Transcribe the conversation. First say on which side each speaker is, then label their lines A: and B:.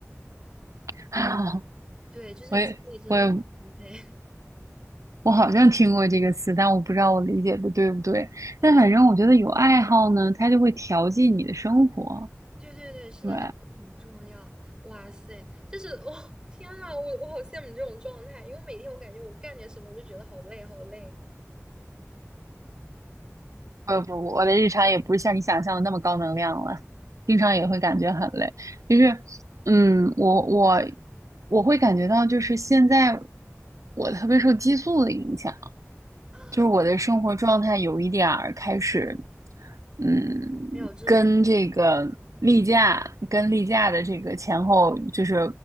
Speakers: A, on the right (about 85°); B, on the right (about 15°).
A: <laughs>
B: 对，就是精力真的很充沛。
A: 我也我也
B: <laughs>
A: 我好像听过这个词，但我不知道我理解的对不对。
B: 我就是
A: 但反正我觉得有爱好呢，它就会调剂你的生活。
B: 对对对，是的，
A: 对，
B: 爱好很重要。哇塞，但是我、<laughs> 哦天呐，我我好羡慕你这种状态，因为每天我感觉我干点什么我就觉得好累好累
A: 不不，我的日常也不是像你想象的那么高能量了，经常也会感觉很累。就是，嗯，我我我会感觉到，就是现在我特别受激素的影响。
B: 啊，
A: 就是我的生活状态有一点儿开始，嗯，
B: 没有之前，
A: 跟这个例假、跟例假的这个前后，
B: 啊
A: 就是